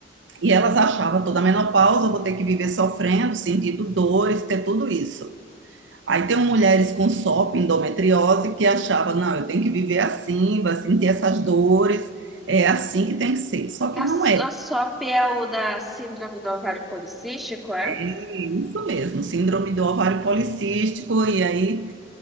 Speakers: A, on the right (about 80°); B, in the centre.
A: E elas achavam toda a menopausa, vou ter que viver sofrendo, sentindo dores, ter tudo isso. Aí tem mulheres com SOP, endometriose, que achavam, não, eu tenho que viver assim, vai sentir essas dores, é assim que tem que ser. Só que
B: A,
A: não é.
B: a SOP é o da síndrome do ovário policístico, é?
A: é Isso mesmo, síndrome do ovário policístico, e aí.